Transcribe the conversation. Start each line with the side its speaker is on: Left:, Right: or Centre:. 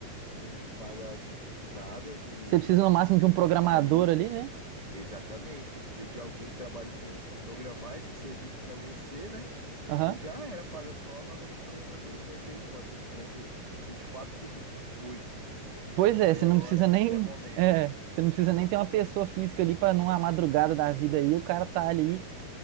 Left: não paga nada de,
Right: Você precisa no
Left: de
Right: máximo
Left: direito
Right: de um programador
Left: trabalhista.
Right: ali, né?
Left: Exatamente, precisa de alguém que trabalhe com isso para programar esse serviço para você, né?
Right: Aham.
Left: E já era, paga só a vaga do programador e tu vai ter ali um atendimento vinte e quatro por oito
Right: Pois
Left: qualquer
Right: é, você não
Left: hora,
Right: precisa
Left: qualquer
Right: nem,
Left: momento.
Right: é, você não precisa nem ter uma pessoa física ali para numa madrugada da vida aí, o cara tá ali